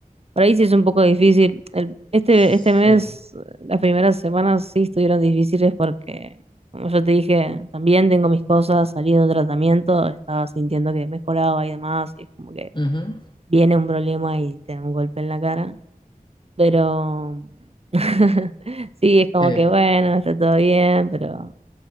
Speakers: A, on the right (about 40°); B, on the left (about 30°).
A: Por ahí sí es un poco difícil. El- este,
B: Sí.
A: este mes,
B: bo.
A: las primeras semanas sí estuvieron difíciles porque, como yo te dije, también tengo mis cosas, salí de un tratamiento, estaba sintiendo que mejoraba y demás, y es como que
B: Ujú.
A: viene un problema y te da un golpe en la cara. Pero <laughs> sí, es como
B: Sí.
A: que bueno, está todo bien, pero